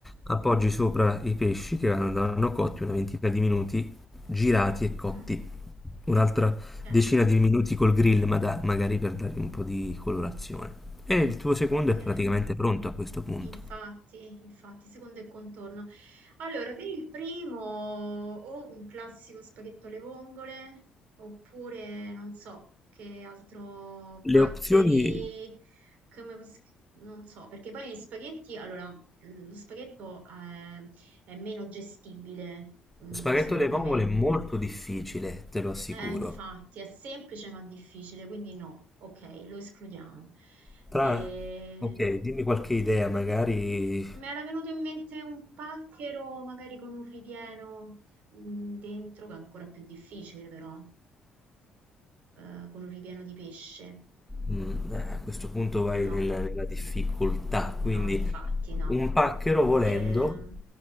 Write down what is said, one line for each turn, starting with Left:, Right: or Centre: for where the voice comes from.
Centre: Appoggi sopra i pesci che vanno, vanno cotti una ventina di minuti, girati e cotti
Right: Mm,
Centre: Un'altra
Right: ok,
Centre: decina di minuti col grill, ma da- magari per dargli un po' di colorazione. E il tuo secondo
Right: ok.
Centre: è praticamente pronto a questo punto.
Right: Infatti, infatti, secondo il contorno. Allora, per il primo o un classico spaghetto alle vongole, oppure non so che altro, paccheri,
Centre: Le opzioni
Right: come, pos- non so, perché poi gli spaghetti, allora, lo spaghetto è, è meno gestibile, mm,
Centre: spaghetto
Right: secondo
Centre: alle vongole
Right: me.
Centre: è molto difficile, te lo assicuro.
Right: Eh, infatti, è semplice ma difficile, quindi no, ok, lo escludiamo.
Centre: Tra...
Right: E...
Centre: Ok, dimmi qualche idea, magari
Right: Mi era venuto in mente un pacchero, magari con un ripieno mm, dentro, che è ancora più difficile però, Eh, con un ripieno di pesce.
Centre: mm, eh, a questo punto vai
Right: No,
Centre: nella, nella difficoltà,
Right: no,
Centre: quindi
Right: infatti no.
Centre: un pacchero volendo,
Right: Ehm,